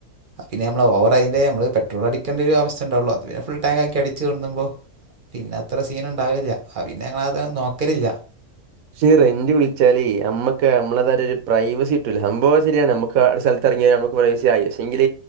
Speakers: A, on the right; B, on the right.
A: പിന്നെ നമ്മള് ഓവർ അയിന്റെ നമ്മള് പെട്രോളടിക്കേണ്ട ഒരു അവസ്ഥണ്ടാവുള്ളു അത് പി ഫുൾ ടാക് ആക്കി അടിച്വിന്നുമോ പിന്നെ അത്ര സീന്ണ്ടാവലില്ല പിന്നെ ഞങ്ങളത് നോക്കലില്ല
B: ഷേ ഈ റെന്റ് വിളിച്ചാല് അമ്മക്ക് അമ്മളെ തയിട്ട് ഒരു പ്രൈവസി കിട്ടൂല്ല സംഭവം ശരിയാണ് അമക്ക് സ്ഥലത്ത് ഇറങ്ങിയ മു ക്ഷെ എങ്കിൽ